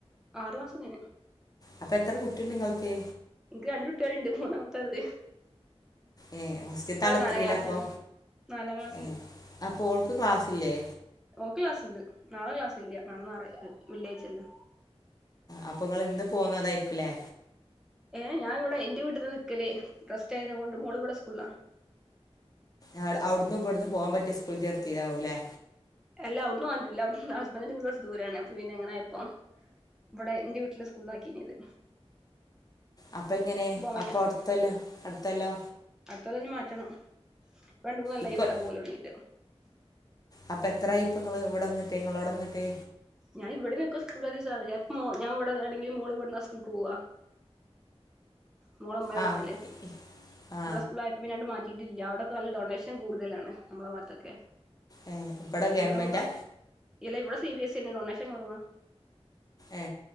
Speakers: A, in the centre; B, on the left (about 35°).
A: ആറു മാസം കഴിഞ്ഞ്
B: അപ്പൊ എത്ര കുട്ടിണ്ട് ഇങ്ങൾക്ക്?
A: ഇൻക്ക് ‌രണ്ട് കുട്ട്യേള്ണ്ട് മൂന്നാമത്തതാണ് ഇത്
B: ഏഹ് ഫസ്റ്റ്ത്തെ ആള് എത്രയിലാ
A: നാലാം ക്ലാസ്സിലാ
B: അപ്പൊ?
A: നാലാം ക്ലാസ്സില്
B: ഏഹ് അപ്പൊ ഓൾക്ക് ക്ലാസ്സില്ലേ?
A: ഓക്ക് ക്ലാസ്സ്ണ്ട് നാളെ ക്ലാസ്സ് ഇല്ല നാളെ ഞാറാ വെള്ളിയാഴ്ച്ചയല്ലേ?
B: അപ്പൊ ഇങ്ങള് ഇന്ന് പോന്നതായിരിക്കുല്ലേ?
A: ഏഹ് ഞാന് ഇവിടെ ഇന്റെ വീട്ടിലാ നിക്കല് റെസ്റ്റ് ആയേനെകൊണ്ട് മോള് ഇവിടെ സ്കൂളിലാ
B: അ അവിടുന്നു ഇവടന്നും പോകാൻ പറ്റിയ സ്കൂൾ ചേർത്തിതാവൂല്ലേ?
A: അല്ല അവിടന്ന് പോവാൻ പറ്റൂല ഹബൻഡിന്റെ വീട് കൊറച്ച് ദൂരാണ് അപ്പോ പിന്നെ ഇങ്ങനെ ആയപ്പോ ഇവിടെ ഇന്റെ വീട്ടില് സ്കൂളിലാക്കിന്നിയത്
B: അപ്പ എങ്ങനെ
A: പറ്റൂല്ല
B: അപ്പൊ അടുത്തൊല്ലോ അടുത്തൊല്ലോ?
A: അടുത്ത കൊല്ലം ഇനി മാറ്റണം ഇപ്പോ രണ്ട് മൂന്ന് കൊല്ലായി
B: ഇക്കൊ
A: ഇവിടെ പോവല് തൊടാങ്ങീറ്റ്
B: അപ്പൊ എത്രയ ഇപ്പൊ ങ്ങൾ ഇവിടെ നിന്നിട്ട് നിങ്ങള ഇവിടെ നിന്നിട്ടേ
A: ഞാന ഇവിടേന്നക്കെ സ്കൂള ഞൻവിണെങ്കിൽ മോൾവിടുന്ന സ്കൂക്ക് പോവ മോളമ്മെ നോക്കല്
B: ആ ഇ- ആ
A: ഇവിടെ സ്കൂള് ആയ അ പിന്നൊണ്ട് മാറ്റിയിട്ടില്ല അവിടെടൊക്ക നല്ല ഡൊണേഷൻ കൂടുതലാണ് നമ്മളെ ഭാഗത്തൊക്കെ
B: ഏ, ഗവൺമെൻറ്റാ
A: ഇവിടെ ഇല്ല ഇവിടെ സിബിഎസ്ഇ എന്നെഡൊനേഷൻ കൊറവാ
B: ഏ